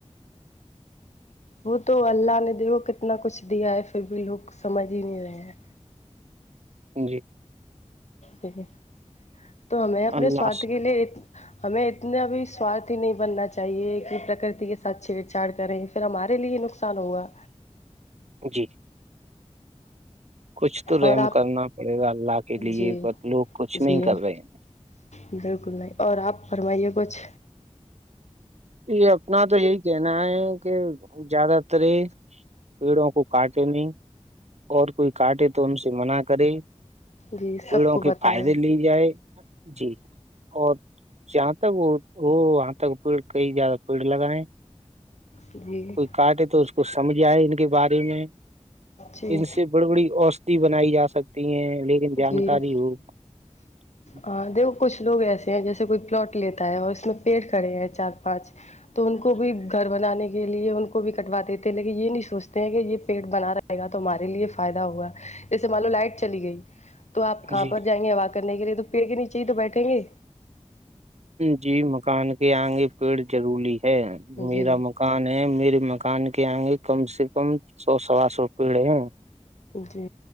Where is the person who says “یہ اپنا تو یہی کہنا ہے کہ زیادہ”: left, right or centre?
Right